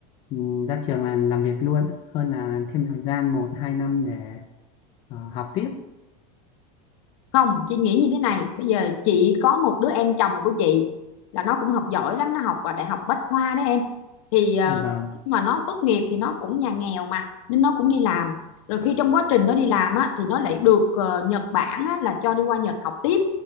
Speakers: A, on the left (about 30°); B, on the left (about 60°).
A: ừ, ra trường là làm việc luôn hơn là thêm thời gian một hai năm để à, học tiếp
B: Không, chị nghĩ như thế này, bây giờ chị có một đứa em chồng của chị là nó cũng học giỏi lắm, nó học ở đại học Bách Khoa đó em. Thì ờ,
A: vâng
B: khi mà nó tốt nghiệp thì nó cũng nhà nghèo mà nên nó cũng đi làm. Rồi khi trong quá trình nó đi làm á thì nó lại được ờ, Nhật Bản á, là cho đi qua Nhật học tiếp.